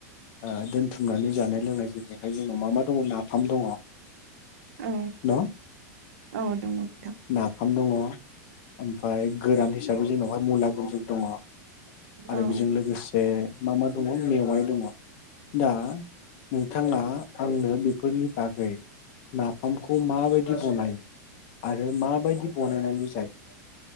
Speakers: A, on the left; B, on the right.
A: ओ दोनथुमनानै जानाय लोंनाय जेरैहाय जोंनाव मा मा दङ नाफाम दङ।
B: औ
A: न
B: औ दङ नोंथां
A: नाफाम दङ। ओमफाय गोरान हिसाबै जोंनावहाय मुला गुन्द्रुग दङ आरो
B: औ
A: बेजों लोगोसे बे मा मा दङ मेवाइ दङ। दा नों नोंथाङा आंनो बेफोरनि बागै नाफामखौ माबायदि बनायो आरो माबायदि बनायनानै जायो